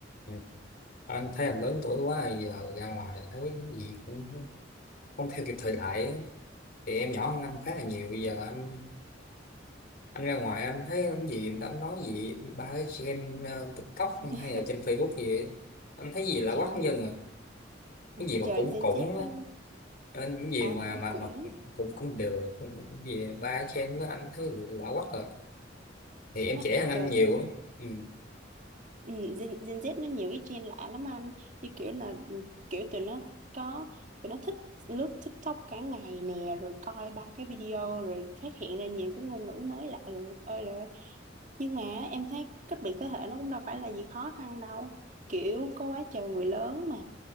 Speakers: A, on the left; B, on the right.
A: Ừ. anh thấy anh lớn tuổi quá thì giờ ra ngoài thấy cái gì cũng không theo kịp thời đại ấy. thì em nhỏ hơn anh khá là nhiều bây giờ anh anh ra ngoài anh thấy cái gì người ta cũng nói gì ba cái trend ờ, TikTok
B: <laughs>
A: hay là trên Facebook gì ấy. anh thấy gì là
B: trời
A: quắc dân rồi
B: ừ,
A: cái gì mà
B: trời
A: cũng
B: Gen
A: cũng
B: Z
A: á.
B: có
A: Nên cái
B: à
A: gì mà
B: cũng
A: mà
B: cũng
A: mà cũng cũng được cái gì ba cái trend đó anh thấy là quắc rồi thì em
B: nó
A: trẻ hơn anh
B: trời
A: nhiều
B: Gen
A: á. ừ.
B: ừ, Gen, Gen Z nó nhiều cái trend lạ lắm anh như kiểu là ừ, kiểu tụi nó có tụi nó thích lướt TikTok cả ngày nè rồi coi ba cái video rồi phát hiện ra nhiều cái ngôn ngữ mới lạ rồi ơi là ơi. nhưng mà em thấy cách biệt thế hệ nó cũng đâu phải là gì khó khăn đâu kiểu có quá trời người lớn mà